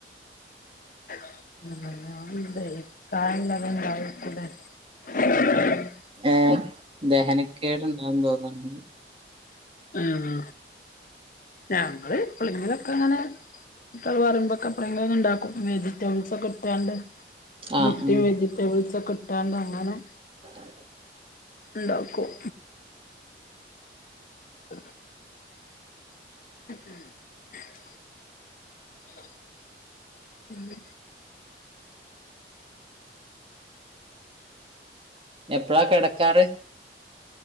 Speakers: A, on the left (about 50°); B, on the right (about 30°).
A: <unintelligible>
B: ഏഹ് ദഹനക്കേടിണ്ടാവും തോന്ന്ണ്ട്
A: ആഹ് ഞങ്ങള് പ്പളങ്കിലൊക്കെ അങ്ങനെ കുട്ട്യള് പറയുമ്പോക്കെ എപ്പളേലൊക്കെ ഇണ്ടാക്കും വെജിറ്റബിൾസക്കെ ഇട്ടാണ്ട്
B: ആഹ്
A: മുട്ടീം
B: ആഹ്
A: വെജിറ്റബിൾസൊക്കെ ഇട്ടാണ്ട് അങ്ങനെ
B: <unintelligible>
A: ഇണ്ടാക്കും <unintelligible> <inaudible>
B: എപ്പളാ കിടക്കാറ്